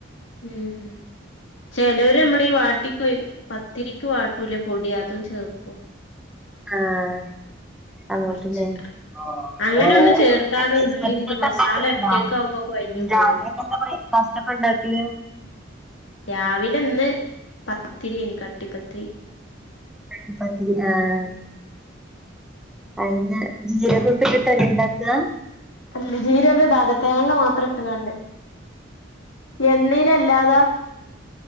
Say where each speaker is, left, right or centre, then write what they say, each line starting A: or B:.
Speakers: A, on the left (about 70°); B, in the centre.
A: ഉം ചെലര് മ്മടെ ഈ വാട്ടിക്ക്യ കൊയ് പത്തിരിക്ക് വാട്ടൂല്ലേ പൊടി, അതും ചേർക്കും
B: ആഹ് അങ്ങോട്ട്
A: കൊറച്ച്
B: ലെ ആഹ്,
A: അങ്ങനെ ഒന്നും ചേർക്കാതെ
B: ആ നൈസ്
A: ഉള്ളി
B: പത്തിരി
A: ഇത്
B: ഉണ്ടാക്കല്ണ്ടോ?
A: മസാല ഒറ്റക്കാവുമ്പോ കൊഴഞ്ഞു പോവും
B: രാവിലെ എന്താപ്പ ബ്രേക്ക്ഫാസ്റ്റ് ഒക്കെ ഉണ്ടാക്കല്?
A: രാവിലെ ഇന്ന് പത്തിരിയാര്ന്ന്, കട്ടിപ്പത്തിരി.
B: കട്ടിപത്തിരി ആഹ് അയിഞ്ഞ ജീരകം ഇട്ട്ട്ടല്ലോ ഇണ്ടാക്കാ
A: അല്ല, ജീരകം ഇടാതെ തേങ്ങ മാത്രം ഇട്ടുകണ്ട്, എണ്ണയിലല്ലാത